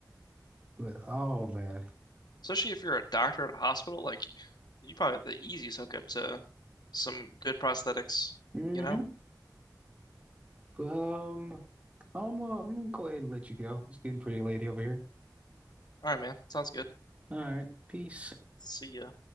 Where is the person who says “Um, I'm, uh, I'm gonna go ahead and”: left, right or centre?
Right